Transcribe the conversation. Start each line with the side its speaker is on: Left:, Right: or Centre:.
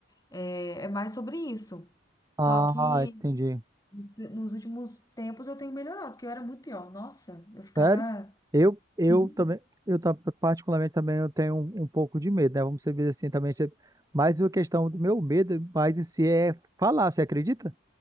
Left: É, é mais sobre isso. Só
Right: Ah,
Left: que.
Right: entendi.
Left: Nos nos últimos tempos eu tenho melhorado, porque eu era muito pior. Nossa, eu ficava
Right: Sério? Eu, eu
Left: sim,
Right: também, eu ta- particularmente também eu tenho um, um pouco de medo, né? Vamos dizer assim também, tipo, mas a questão do meu medo mais em si é falar, você acredita?